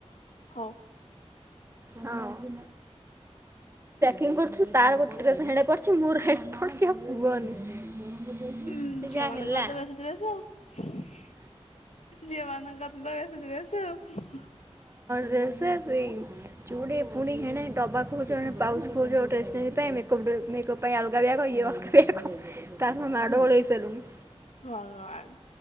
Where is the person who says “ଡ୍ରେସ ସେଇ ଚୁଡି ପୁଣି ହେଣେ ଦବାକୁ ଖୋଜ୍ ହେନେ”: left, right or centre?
Right